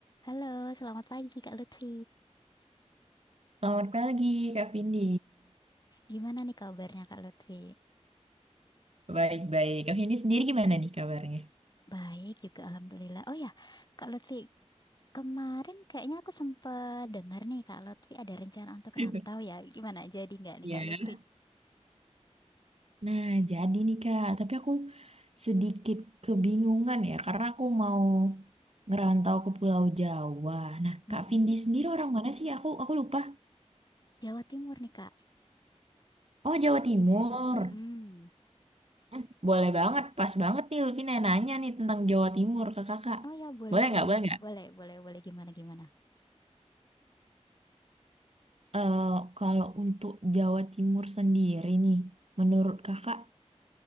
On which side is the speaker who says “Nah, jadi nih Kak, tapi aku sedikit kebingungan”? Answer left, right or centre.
Right